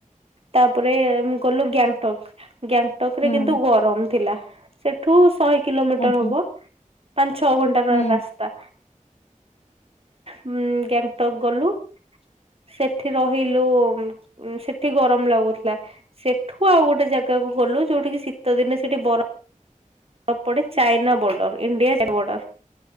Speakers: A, on the right; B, on the left.
A: ତାପରେ ମୁଁ ଗଲୁ ଗ୍ୟାଙ୍ଗଟକ୍ ଗ୍ୟାଙ୍ଗଟକ୍ ରେ
B: ହୁଁ।
A: କିନ୍ତୁ ଗରମ ଥିଲା ସେଠୁ ଶହେ କିଲୋମିଟର
B: ଆଜ୍ଞା
A: ହବ। ପଞ୍ଚ ଛ ଘଣ୍ଟାର
B: ହୁଁ
A: ରାସ୍ତା ଉ ଗେଙ୍ଗଟକ୍ ଗଲୁ। ସେଠି ରହିଲୁ ସେଠି ଗରମ ଲାଗୁଥିଲା। ସେଠୁ ଆଉ ଗୋଟେ ଜାଗାକୁ ଗଲୁ ଯୋଉଠିକି ଶୀତ ଦିନେ ସେଠି ବର ଫ ପଡ଼େ ଚାଇନା ବର୍ଡର ଇଣ୍ଡିଆ ବର୍ଡର